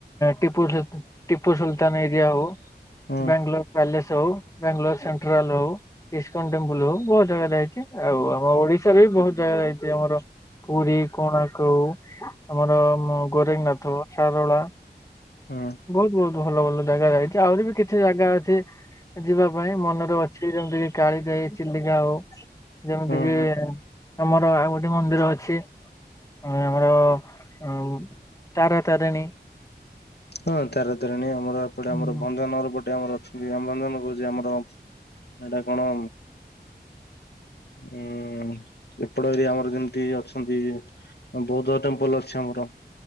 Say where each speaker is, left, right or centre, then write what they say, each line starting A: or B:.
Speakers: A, on the left; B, on the left.
A: ଟିପୁ ଟିପୁ ସୁଲତାନ ଏରିଆ ହଉ
B: ହୁଁ
A: ବାଙ୍ଗାଲୋର ପ୍ୟାଲେସ୍ ହଉ ବାଙ୍ଗାଲୋର ସେଣ୍ଟ୍ରାଲ ହଉ। ଇସ୍କନ ଟେମ୍ପୁଲ ହଉ ବହୁତ ଜାଗା ଯାଇଛି। ଆଉ ଆମ ଓଡିଶାରେ ବି ବହୁତ ଜାଗା ଯାଇଛି ଆମର ପୁରୀ କୋଣାର୍କ ହଉ ଆମର ଗୋରେଖନାଥ, ସାରଳା
B: ହୁଁ
A: ବହୁତ ବହୁତ ଭଲ ଭଲ ଜାଗା ଯାଇଛି ଆହୁରି ବି କିଛି ଜାଗା ଅଛି। ଯିବା ପାଇଁ ମନରେ ଅଛି ଯେମିତି କିି କାଳିଯାଇ, ଚିଲିକା ହଉ ଯେମିତିକି
B: ହୁଁ ହୁଁ।
A: ଆମର ଆଉ ଗୋଟେ ମନ୍ଦିର ଅଛି? ଆମର ଆଉ ତାରା ତାରିଣୀ।
B: ହଁ ତାରାତାରଣୀ, ଆମର ଏପଟେ ଆମର,
A: ହୁଁ
B: ଭଞ୍ଜନଗର ପଟେ ଆମର ଅଛି। ରାମ ଭଞ୍ଜନ କହୁଛି ଆମର ଏଇଟା କଣ ହୁଁ ଏପଟ ଏରିଆ ଆମର ଯେମିତି ଅଛନ୍ତି ବୌଦ୍ଧ ଟେମ୍ପଲ ଅଛି ଆମର।